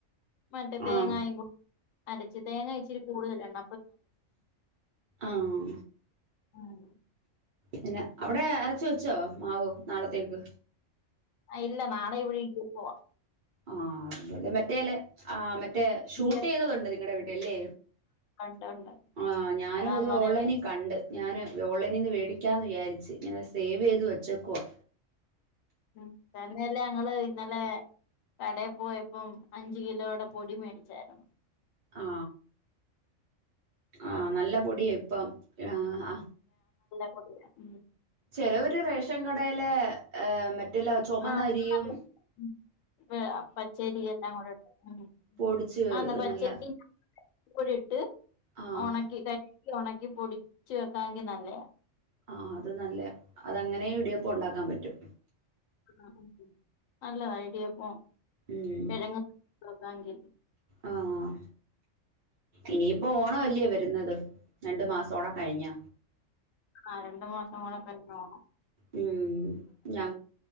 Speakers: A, on the left; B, on the right.
A: മറ്റ തേങ്ങായും
B: ആഹ്
A: കൂടിും അരച്ച് തേങ്ങ അച്ചിരി കൂടുല്ലണ്ണം
B: ആഹ
A: ഉം.
B: പിന്നെ അവിടെ അരച്ച വെച്ചോ മാവു നാളത്തേക്ക്
A: ആ ഇല്ല നളെ ഇവിളട്ട പോവാം
B: ആ അ മറ്റേല്ല ആ മറ്റേ ഷൂട്ട്
A: ഇടിയപ്പം
B: ചെയ്തതുണ്ട് നിങ്ങളടെ വീട്ടിൽല്ലേ
A: ഉണ്ട് ഉണ്ട്
B: ആ ഞാനും
A: അതാവുമ്പോ
B: അത്
A: അതെ
B: ഓൺലൈനിൽ കണ്ട് ഞാാന് വോളനിീന്ന് മേടിക്കാന്ന് വിചാരിച്ചു ഇങ്ങനെ സേവ് ചെയ്ത് വെച്ചക്കവാ
A: ഉം തന്നെയല്ലേ ഞങ്ങള് ഇന്നലെ കടയിൽ പോയപ്പം അഞ്ചു കിലോടെ പൊടി മേടിച്ചായിരുന്നു
B: ആ
A: അപ്പൊ
B: ആഹ നല്ല പൊടിയ ഇപ്പം ആ ആ
A: അ ഉ
B: ചെിലവരു റേഷൻ കടയിലെ ഏർ മറ്റെല്ല ചുമന്നരിയും
A: ആ നല്ല- <unintelligible> പച്ചരി എല്ലാം കൂടെ ഇട്ട്
B: പൊടിച്ച്
A: ആ ന്നാ പച്ചരി
B: നല്ല
A: <unintelligible>
B: ആഹ്
A: ഉണക്കി തരിച്ചു ഉണക്കി പൊടിച്ചു വെക്കാമെങ്കിൽ നല്ല...
B: ആഹ... അത് നല്ലയാ. അതങ്ങനെ ഇടിയപ്പ ഉണ്ടാക്കാൻ പറ്റും.
A: ആ.... അ... അ... നല്ലതാ ഇടി യപ്പോം
B: ഉം
A: കിഴങ് <inaudible>
B: ആഹ് ഇനിയിപ്പോ ഓണം അല്ലേ വരുന്നത് രണ്ടു മാസോടെ കഴിഞ്ഞാ...
A: ആഹ രണ്ടു മാസം കൂടെ കയിഞ്ഞോ ണം
B: ഉം... ഞ...